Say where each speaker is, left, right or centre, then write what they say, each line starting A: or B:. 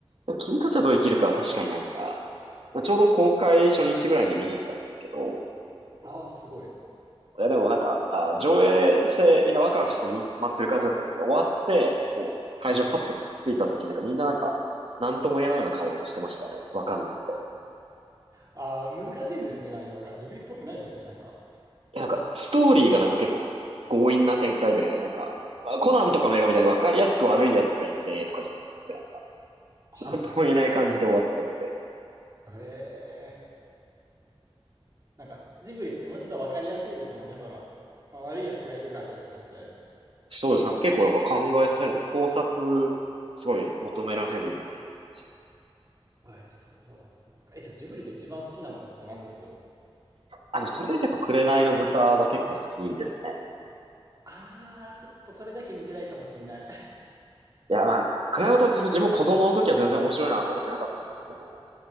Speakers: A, on the right (about 70°); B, on the right (about 35°).
A: でも君たちはどう生きるかは確かになんか、まあ、ちょうど公開初日ぐらいに見に行ったんですけど、
B: ああ、
A: あの、
B: すごい。
A: いやでもなんか、あ、上映してみんなワクワクしてみ、待ってる感じだったんですけど、終わって、もう会場パッて着いた時なんかみんななんか、
B: はい。
A: なんとも言えないような顔をしてましたね。わかんなくて。
B: ああ、難しいんですね、内容が。ジブリっぽくないですね、なんか。
A: なんか、ストーリーがなんか結構強引な展開で、なんか、あコナンとかの映画みたいに分かりやすく悪いやつがいてとかじゃなくて、なんか、
B: はい。
A: なんとも言えない感じで終わっちゃって。
B: へえ。なんか、ジブリってもうちょっとわかりやすいですもんね、その。まあ悪いやつがいるから別として。
A: そうです。なんか結構なんか考えさせると考察、すごい求められるような映画でした。
B: えー、そうだったんですか。え、じゃあジブリで一番好きなのって何です
A: あ、でもそれで言うとやっぱ紅の豚が結構好きですね。
B: あー、ちょっとそれだけ見てないかもしんない。
A: いや、まあ、紅の豚、自分も子供の時は全然面白いなと思ってなかったんですけど、なん